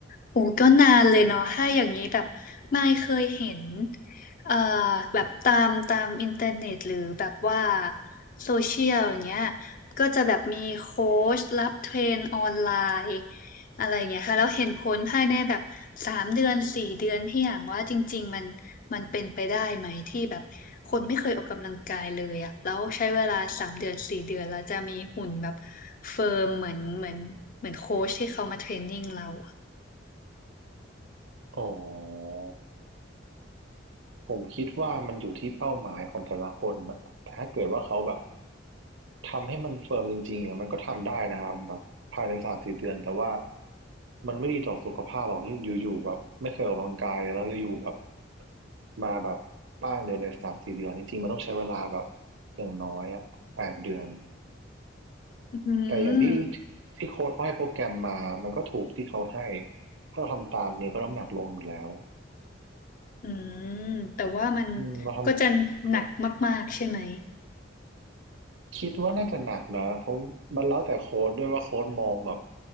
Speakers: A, on the left; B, on the right.
A: โอ้ก็นานเลยเนาะถ้าอย่างนี้แบบไม่เคยเห็นเอ่อแบบตามตามอินเทอร์เน็ตหรือแบบว่าโซเชียลอย่างเงี้ยก็จะแบบมีโค้ชรับเทรนออนไลน์ อะไรเงี้ยค่ะแล้วเห็นผลภายในแบบสามเดือนสี่เดือนพี่อย่างว่าจริงๆมันมันเป็นไปได้ไหมที่แบบคนไม่เคยออกกำลังกายเลยอะแล้วใช้เวลาสามเดือนสี่เดือนเราจะมีหุ่นแบบเฟิร์มเหมือนเหมือนเหมือนโค้ชที่เขามาเทรนนิ่งเราอะ
B: อ๋อ ผมคิดว่ามันอยู่ที่เป้าหมายของแต่ละคนนะแต่ถ้าเกิดว่าเขาแบบทำให้มันเฟิร์มจริงๆอะมันก็ทำได้นะครับแบบภายในสามสี่เดือนแต่ว่ามันไม่ดีต่อสุขภาพหรอกที่อยู่ๆแบบไม่เคยออกกำลังกายเลยแล้วอยู่ๆแบบมาแบบป้างเดียวในสามสี่เดือนจริงๆมันต้องใช้เวลาแบบอย่างน้อยอะแปดเดือน
A: อืม
B: แต่อย่างที่ที่โค้ชเขาให้โปรแกรมมามันก็ถูกที่เขาให้ถ้าเราทำตามนี้ก็น้ำหนักลงอยู่แล้ว
A: อืมแต่ว่ามัน
B: อืมเราทำครับ
A: ก็จะหนักมากๆใช่ไหม
B: คิดว่าน่าจะหนักนะเพราะมันแล้วแต่โค้ดด้วยว่าโค้ดมองแบบ